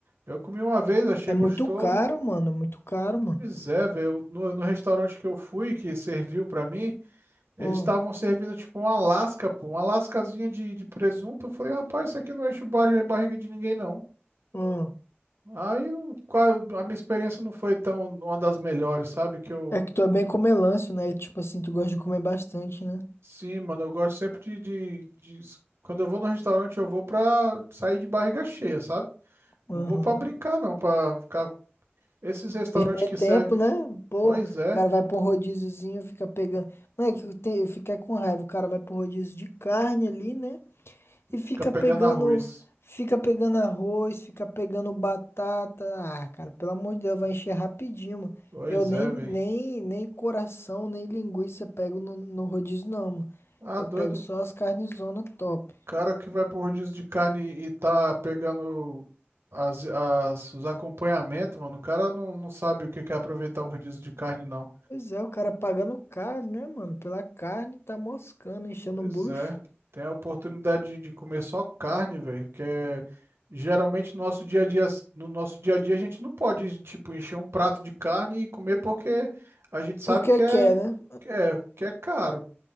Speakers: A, on the right (about 70°); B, on the left (about 70°).
A: Eu comi uma vez, achei
B: É
A: gostoso.
B: muito caro, mano, é muito caro,
A: Pois é, velho, no, no restaurante que eu fui, que serviu pra mim. Eles
B: mano.
A: estavam servindo tipo uma lasca, pô, uma lascazinha de, de presunto. Eu falei, rapaz, isso aqui não enche ba- barriga de ninguém, não.
B: Hum.
A: Aí não- qual- a minha experiência não foi tão uma das melhores, sabe? Que eu,
B: É que tu é bem comelâncio, né? E, Tipo assim, tu gosta de comer bastante, né?
A: sim, mano, eu gosto sempre de, de, de- quando eu vou no restaurante, eu vou pra sair de barriga cheia, sabe?
B: Aham.
A: Não vou pra brincar, não, pra ficar. Esses restaurantes
B: Perder
A: que
B: tempo,
A: servem,
B: né? Pô,
A: pois
B: o
A: é,
B: cara vai pra um rodíziozinho, fica pegando. Moleque, eu te- eu fiquei com raiva. O cara vai pro rodízio de carne ali, né? E fica
A: fica pegando
B: pegando.
A: arroz.
B: Fica pegando arroz, fica pegando batata. Ah, cara, pelo amor de Deus, vai encher rapidinho, mano.
A: Pois
B: Eu nem,
A: é,
B: nem,
A: velho.
B: nem coração, nem linguiça pego no, no rodízio, não, mano.
A: Ah,
B: Eu
A: doido.
B: pego só as carnes zona top.
A: Cara que vai pro rodízio de carne e tá pegando as, as- os acompanhamentos, mano, o cara não, não sabe o que que é aproveitar o rodízio de carne, não.
B: Pois é, o cara pagando caro, né, mano? Pela carne, tá moscando, enchendo
A: Pois
B: o bucho.
A: é, tem a oportunidade de, de comer só carne, velho, porque geralmente no nosso dia a dia, no nosso dia a dia a gente não pode, tipo, encher um prato de carne e comer porque a gente sabe
B: Porque
A: que é,
B: quer, né?
A: que é, que é caro.